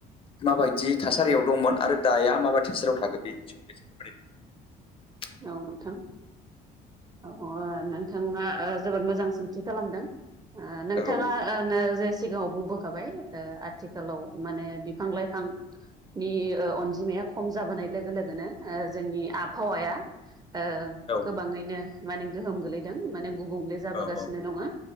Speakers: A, on the left (about 30°); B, on the right (about 25°).
A: माबायदि थासारियाव दंमोन आरो दाया माबायदि थासारियाव थागो बेनि सोमोन्दै फोर <inaudible>
B: औ नोंथां औ नोंथाङा ओ जोबोद मोजां सोंथि खालामदों ओ नोंथाङा
A: औ औ
B: ओ नो जे सिगाङाव बुंबोखाबाय ओ आथिखालाव माने बिफां-लाइफांनि ओ अनजिमाया ख'म जाबोनाय लोगो लोगोनो ओ जोंनि आबहावाया ओ गोबाङैनो
A: औ
B: माने गोहोम गोलैदों माने गुबुंले जाबोगासिनो
A: औ औ
B: दङो